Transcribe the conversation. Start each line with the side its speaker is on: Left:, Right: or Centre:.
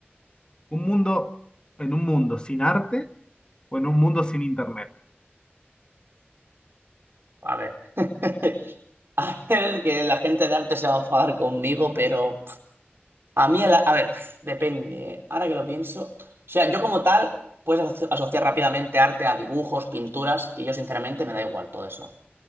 Left: ¿Un mundo, en un mundo sin arte o en un mundo sin internet?
Right: A ver. <laughs> A ver, que la gente de arte se va a enfadar conmigo, pero a mí, el a a ver, depende, ¿eh? Ahora que lo pienso. O sea, yo como tal, puedes aso- asociar rápidamente arte a dibujos, pinturas, y yo sinceramente me da igual todo eso.